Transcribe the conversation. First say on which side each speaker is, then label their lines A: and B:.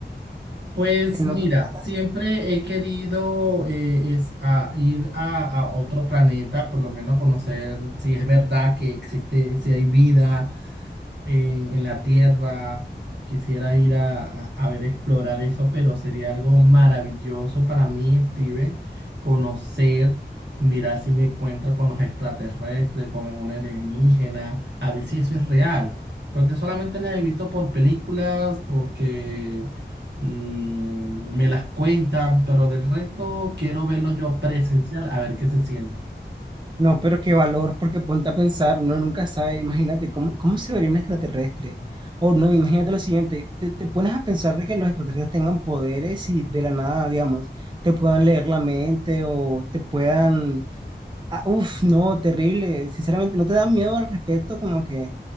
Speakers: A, on the right; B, on the right.
A: Pues
B: en
A: mira,
B: otros planetas?
A: siempre he querido eh, es a ir a, a otro planeta, por lo menos conocer si es verdad que existe, si hay vida, en, en la Tierra. Quisiera ir a, a, a ver, explorar eso, pero sería algo maravilloso para mí, Steven, conocer, mirar si me encuentro con los extraterrestres, con algún alienígena, a ver si eso es real. Porque solamente las he visto por películas, porque mm, me las cuentan, pero del resto quiero verlo yo presencial, a ver qué se siente.
B: No, pero qué valor, porque ponte a pensar, uno nunca sabe, imagínate cómo, cómo se vería un extraterrestre. O no, imagínate lo siguiente, te, te pones a pensar de que los extraterrestres tengan poderes y de la nada, digamos, te puedan leer la mente o te puedan Ah, uf, no, terrible. Sinceramente, ¿no te da miedo al respecto? Como que